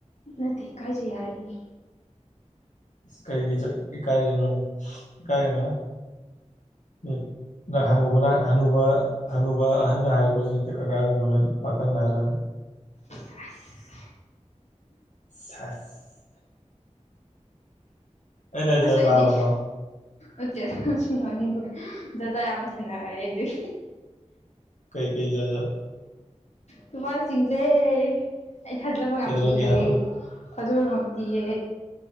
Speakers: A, on the left; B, on the left.
A: ꯅꯠꯇꯦ ꯏꯀꯥꯏꯖꯩ ꯍꯥꯏꯕꯅꯤ
B: ꯢꯁ ꯀꯩꯒꯤ ꯆꯛ ꯏꯀꯥꯥꯏꯔꯤꯅꯣꯅꯦ ꯢꯀꯥꯏꯒꯅꯣꯍꯦ ꯃꯤ ꯅ ꯍꯅꯨꯕꯅ ꯍꯅꯨꯕ ꯍꯅꯨꯕ ꯑꯍꯟꯅ ꯍꯥꯏꯔꯛꯄꯖꯨ ꯅꯠꯇꯦ ꯀꯀꯥꯒꯨꯝꯕꯅ ꯄꯥꯈꯪꯅ ꯍꯥꯏꯔꯒ
A: ꯑꯁ ꯑꯁ
B: ꯁꯦꯁ ꯑꯩꯅ ꯍꯥꯏꯖꯦ
A: ꯑꯁ ꯑꯩꯗꯤ
B: ꯂꯥꯜꯂꯕ
A: ꯎꯠꯇꯦ ꯁꯨꯝ ꯅꯣꯛꯅꯤꯡꯕ ꯖꯥꯠ ꯖꯥꯠ ꯌꯥꯝ ꯊꯦꯡꯅꯔꯦ ꯑꯩꯗꯤ
B: ꯀꯩ ꯀꯩ ꯖꯥꯠ ꯖꯥꯠ
A: ꯅꯨꯄꯥꯖꯤꯡꯖꯦ ꯑꯩ ꯊꯥꯖꯕ ꯉꯝꯗꯤꯌꯦ
B: ꯀꯩꯗꯧꯔꯒꯦ ꯍꯥꯏꯔꯛꯑꯣꯅꯦ
A: ꯊꯥꯖꯕ ꯉꯝꯗꯤꯌꯦ